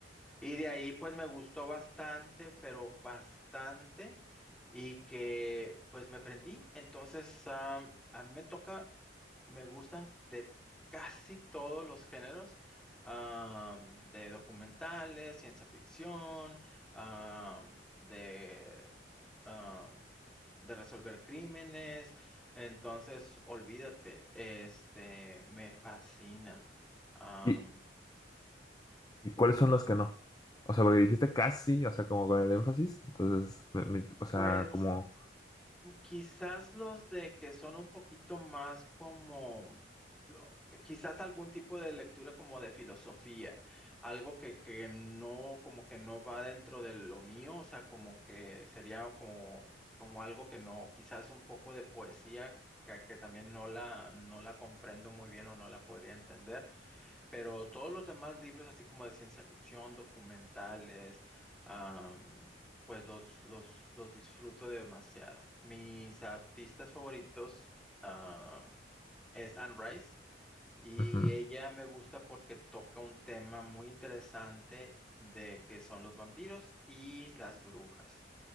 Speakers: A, in the centre; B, on the left.
A: Y de ahí pues me gustó bastante, pero bastante, y que pues me prendí. Entonces, am, a mí me toca, me gustan de casi todos los géneros, am, de documentales, ciencia ficción, am, de, am, de resolver crímenes. Entonces, olvídate, este, me fascina. Am,
B: Y, ¿Y cuáles son los que no? O sea, porque dijiste casi, o sea, como con el énfasis. Entonces, me- me- o sea,
A: pues
B: como...
A: Quizás los de que son un poquito más como, lo- quizás algún tipo de lectura como de filosofía, algo que, que no, como que no va dentro de lo mío, o sea, como que sería como, como algo que no, quizás un poco de poesía que, que también no la, no la comprendo muy bien o no la podría entender. Pero todos los demás libros, así como de ciencia ficción, documentales, am, pues los, los, los disfruto demasiado. Mis artistas favoritos, ah, es Anne Rice y
B: ujú.
A: ella me gusta porque toca un tema muy interesante de que son los vampiros y las brujas.